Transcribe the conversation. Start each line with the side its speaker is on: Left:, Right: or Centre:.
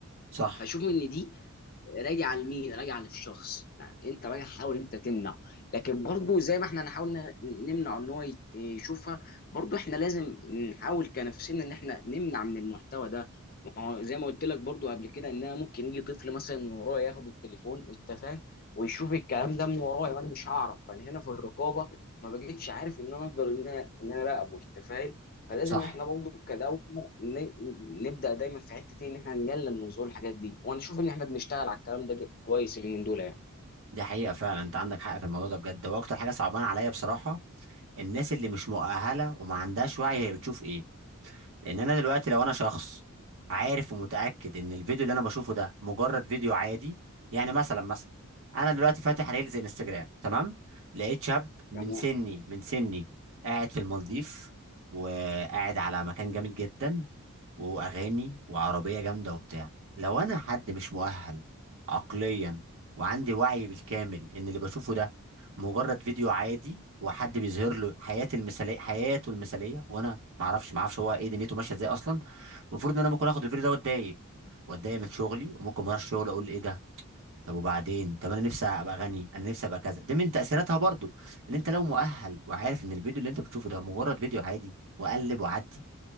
Right: صح
Left: فشوف ان دي راجع لمين راجع للشخص يعني انت راجع حاول انت تمنع لكن برضو زي ما احنا نحاول ن- نمنع ان هو يت- يشوفها برضو احنا لازم نحاول كنفسنا ان احنا نمنع من المحتوى ده ما هو زي ما قلت لك برضو قبل كده ان انا ممكن يجي طفل مثلا من ورايا ياخد التليفون انت فاهم ويشوف الكلام ده من ورايا وانا مش هعرف فانا هنا في الرقابه ما بقتش عارف ان انا اقدر ان انا ان انا اراقبه انت فاهم فلازم
Right: صح
Left: احنا برضه كدولة ن- نبدأ دايما في حتة ايه ان احنا نقلل من ظهور الحاجات دي وانا اشوف ان احنا بنشتغل على الكلام ده كويس اليومين دول يعني
Right: دي حقيقه فعلا انت عندك حق في الموضوع ده بجد واكتر حاجه صعبانه عليا بصراحه الناس اللي مش مؤهله وما عندهاش وعي هي بتشوف ايه لان انا دلوقتي لو انا شخص عارف ومتاكد ان الفيديو اللي انا بشوفه ده مجرد فيديو عادي يعني مثلا مثلا انا دلوقتي فاتح ريلز انستجرام تمام لقيت شاب من
Left: يعني
Right: سني من سني قاعد في المالديف وقاعد على مكان جامد جدا واغاني وعربيه جامده وبتاع لو انا حد مش مؤهل عقليا وعندي وعي بالكامل ان اللي بشوفه ده مجرد فيديو عادي وحد بيظهر له حياه المثاليه حياته المثاليه وانا ما اعرفش ما اعرفش هو ايه دنيته ماشيه ازاي اصلا المفروض ان انا ممكن اخد الفيديو ده واتضايق واتضايق من شغلي وممكن ما اروحش الشغل اقول ايه ده طب وبعدين طب انا نفسي ابقى غني انا نفسي ابقى كذا دي من تاثيراتها برضو ان انت لو مؤهل وعارف ان الفيديو اللي انت بتشوفه ده مجرد فيديو عادي وقلب وعدي